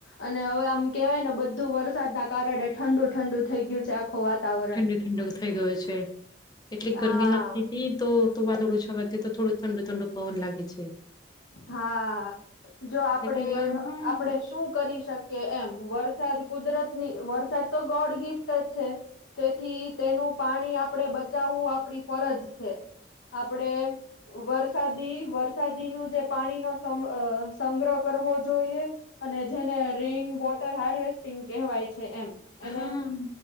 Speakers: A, on the left; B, on the left.
A: અને હવે આમ કેવાયને બધું વરસાદના કારણે ઠંડુ-ઠંડુ થઈ ગયું આખું છે. વાતાવરણ
B: ઠંડુ-ઠંડુ થઈ ગયુ છે. એટલી ગરમી
A: હા
B: લાગતી તી તો તો વાદળું છવાથી તો થોડું ઠંડુ-ઠંડુ પવન લાગે છે.
A: હા, જો આપડે-આપડે
B: એટલે હા હા
A: શું કરી શકીએ? એમ. વર્ષ સારુ, કુદરતની વરસાદ તો ગોડ ગિફ્ટ જ છે. તેથી તેનું પાણી આપડે બચાવવું આપડી ફરજ છે. આપડે વરસાદી વરસાદીનું જે પાણીનો સમ અ સંગ્રહ કરવો જોઈએ. અને જેને રેન વોટર હાર્વેસ્ટ ટિંગ કહેવાય છે એમ.
B: હન,
A: એને